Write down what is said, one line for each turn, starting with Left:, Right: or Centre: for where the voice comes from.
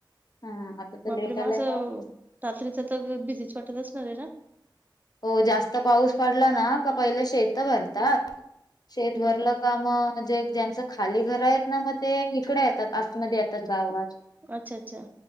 Left: हा आता तर
Right: मग आपडे
Left: लेट आलाय
Right: मा असं
Left: पाऊस.
Right: रात्रीच तर बिझीच वाटतच रा
Left: हो जास्त पाऊस पडला ना का पहिले शेत भरतात शेत भरलं
Right: बापरे
Left: काम जे ज्यांच खाली घर आहेत ना मग ते इकडे येतात आतमध्ये येतात गावात
Right: अच्छा अच्छा